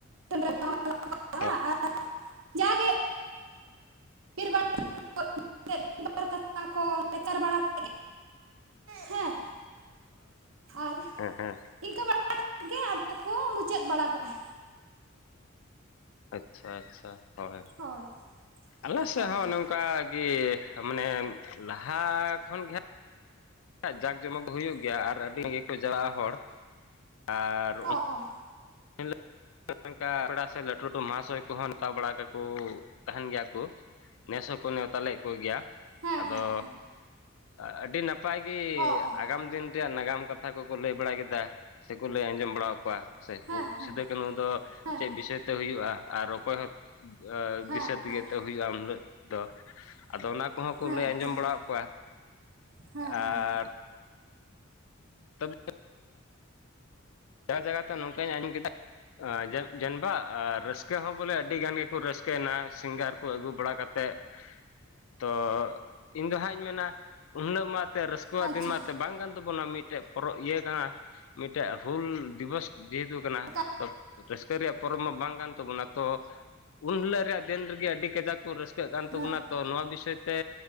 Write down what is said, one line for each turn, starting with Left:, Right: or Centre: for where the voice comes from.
Right: <inaudible> <unintelligible>
Left: ᱦᱳᱭ
Right: ᱡᱟᱜᱮ <unintelligible> <unintelligible> ᱠᱚ <unintelligible> ᱵᱟᱲᱟ <inaudible> ᱦᱮᱸ ᱟᱨ
Left: ᱦᱚ ᱦᱚᱸ
Right: ᱤᱱᱠᱟᱹ ᱵᱟᱲᱟ ᱠᱟᱛᱮᱫ ᱜᱮ ᱟᱫᱚ ᱠᱚ ᱢᱩᱪᱟᱹᱫ ᱵᱟᱲᱟ ᱠᱟᱜᱼᱟ
Left: ᱟᱪᱷᱟ ᱟᱪᱷᱟ ᱦᱳᱭ
Right: ᱦᱳᱭ
Left: ᱟᱞᱮ ᱥᱮᱫ
Right: ᱦᱳᱭ
Left: ᱦᱚᱸ
Right: ᱦᱳᱭ
Left: ᱚᱱᱮ ᱚᱱᱠᱟ ᱜᱮ ᱢᱟᱱᱮ ᱞᱟᱦᱟ ᱠᱷᱚᱱ ᱜᱮ ᱦᱟᱸ ᱡᱟᱠ ᱡᱚᱢᱚᱠ ᱦᱩᱭᱩᱜ ᱜᱮᱭᱟ ᱟᱨ ᱟᱹᱰᱤ ᱜᱮᱠᱚ ᱡᱟᱞᱟᱜᱼᱟ ᱦᱚᱲ ᱟᱨ
Right: ᱚ ᱚ
Left: ᱦᱤᱞᱳᱜ ᱱᱚᱝᱠᱟ ᱯᱮᱲᱟ ᱥᱮ ᱞᱟᱹᱴᱩ ᱞᱟᱹᱴᱩ ᱢᱚᱦᱟᱥᱚᱭ ᱠᱚᱦᱚᱸ ᱱᱮᱛᱟᱣ ᱵᱟᱲᱟ ᱠᱟᱠᱚ ᱛᱟᱦᱮᱱ ᱜᱮᱭᱟ ᱠᱚ ᱱᱮᱥ ᱦᱚᱸᱠᱚ ᱱᱮᱶᱛᱟᱞᱮᱫ ᱠᱚ ᱜᱮᱭᱟ
Right: ᱦᱮᱸ
Left: ᱟᱫᱚ
Right: ᱦᱮᱸ
Left: ᱟᱹᱰᱤ ᱱᱟᱯᱟᱭ ᱜᱮ
Right: ᱚ ᱚ
Left: ᱟᱜᱟᱢ ᱫᱤᱱ ᱱᱟᱜᱟᱢ ᱠᱟᱛᱷᱟ ᱠᱚᱠᱚ ᱞᱟᱹᱭ ᱵᱟᱲᱟ ᱠᱮᱫᱟ ᱥᱮᱠᱚ ᱞᱟᱹᱭ ᱟᱸᱡᱚᱢ ᱵᱟᱲᱟ ᱠᱚᱣᱟ ᱥᱮ ᱠᱚ
Right: ᱦᱮᱸ
Left: ᱥᱤᱫᱟᱹ
Right: ᱦᱮᱸ
Left: ᱠᱟᱱᱩ ᱫᱚ
Right: ᱦᱮᱸ
Left: ᱪᱮᱫ ᱵᱤᱥᱚᱭ ᱛᱮ ᱦᱩᱭᱩᱜᱼᱟ ᱟᱨ ᱚᱠᱚᱭ ᱦᱚᱸ ᱫᱤᱥᱟᱹ
Right: ᱦᱮᱸ
Left: ᱛᱮᱜᱮ
Right: ᱦᱮᱸ
Left: ᱦᱩᱭᱩᱜᱼᱟ ᱩᱱᱤᱞᱳᱜ ᱫᱚ ᱟᱫᱚ ᱚᱱᱟ ᱠᱚᱦᱚᱸ ᱠᱚ
Right: ᱦᱮᱸ
Left: ᱞᱟᱹᱭ ᱟᱸᱡᱚᱢ
Right: ᱦᱮᱸ
Left: ᱵᱟᱲᱟᱫ ᱠᱚᱣᱟ
Right: ᱦᱮᱸ
Left: ᱟᱨ
Right: ᱦᱮᱸ
Left: <inaudible> ᱡᱟ ᱡᱟᱭᱜᱟᱛᱮ ᱱᱚᱝᱠᱟᱧ ᱟᱸᱡᱚᱢ ᱠᱮᱫᱟ ᱡ ᱡᱟᱱᱵᱟ ᱟᱨ ᱨᱟᱹᱥᱠᱟᱹ ᱦᱚᱸ ᱵᱚᱞᱮ ᱟᱹᱰᱤ ᱜᱟᱱ ᱜᱮᱠᱚ ᱨᱟᱹᱥᱠᱟᱹᱭᱮᱱᱟ ᱥᱤᱝᱜᱟᱨ ᱠᱚ ᱟᱹᱜᱩ ᱵᱟᱲᱟ ᱠᱟᱛᱮᱫ ᱛᱚ ᱤᱧ ᱫᱚ ᱦᱟᱸᱜ ᱤᱧ ᱢᱮᱱᱟ <unintelligible> ᱛᱮ ᱨᱟᱹᱥᱠᱟᱹᱣᱟᱜ
Right: ᱟᱪᱪᱷᱟ
Left: ᱫᱤᱱ ᱢᱟ ᱛᱮ ᱵᱟᱝ ᱠᱟᱱ ᱛᱟᱵᱚᱱᱟ ᱢᱤᱫᱴᱮᱡ ᱯᱚᱨᱚᱵ ᱤᱭᱟᱹ ᱠᱟᱱᱟ ᱢᱤᱫᱴᱮᱡ ᱦᱩᱞ ᱫᱤᱵᱚᱥ ᱡᱮᱦᱮᱛᱩ ᱠᱟᱱᱟ
Right: ᱚᱠᱟ
Left: ᱛᱚ ᱨᱟᱹᱥᱠᱟᱹ ᱨᱮᱭᱟᱜ ᱯᱚᱨᱚᱵᱽ ᱢᱟ ᱵᱟᱝ ᱠᱟᱱ ᱛᱟᱵᱚᱱᱟ ᱛᱚ ᱩᱱᱦᱤᱞᱟᱹᱜ ᱨᱮᱭᱟ ᱡᱮᱞ ᱨᱮᱜᱮ ᱟᱹᱰᱤ ᱠᱟᱡᱟᱠ ᱠᱚ ᱨᱟᱹᱥᱠᱟᱹᱜ ᱠᱟᱱ ᱛᱟᱵᱚᱱᱟ
Right: ᱦᱮᱸ
Left: ᱛᱚ ᱱᱚᱣᱟ ᱵᱤᱥᱚᱭ ᱛᱮ